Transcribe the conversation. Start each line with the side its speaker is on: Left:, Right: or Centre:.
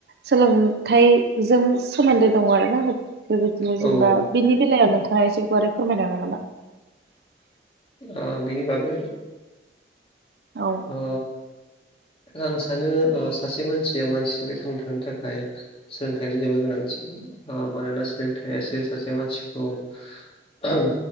Right: सोलोंथाइजों सोमोन्दो दङ आरो ना बेबायदिनो
Left: औ
Right: जेनेबा
Left: ओ
Right: बेनि बेलायाव नोंथाङा एसे गुवारै फोरमायनो हागोन नामा
Left: ओ बिनि बागै
Right: औ
Left: ओ आं सानो ओ सासे मानसिया मानसि हिसाबै थांना थानो थाखाय सोलोंथाइनि जेबोद गोनांथि मानोना सोलोंथाइासो सासे मानसिखौ ओं